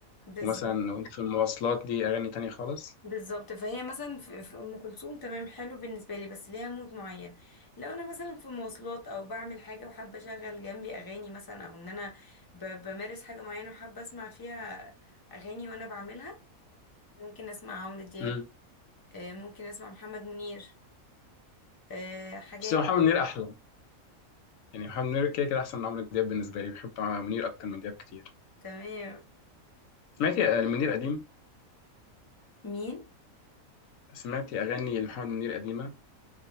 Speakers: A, on the left; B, on the left.
A: بالظبط
B: ومثلا وأنت في المواصلات دي أغاني تانية خالص
A: بالظبط فهي مثلا في في ام كلثوم تمام حلو بالنسبه لي بس ليها مود معين لو انا مثلا في مواصلات او بعمل حاجه وحابه اشغل جنبي اغاني مثلا او ان انا ب- بمارس حاجه معينه وحابه اسمع فيها اغاني وانا بعملها ممكن اسمع عمرو دياب
B: مم.
A: آه، ممكن اسمع محمد منير آه، حاجات
B: بس هو
A: كده.
B: محمد منير أحلى يعني محمد منير كده كده أحسن من عمرو دياب بالنسبة لي بحب منير أكتر من دياب كتير
A: تمام
B: سمعتي آه، لمنير قديم
A: مين
B: سمعتي أغاني لمحمد منير قديمة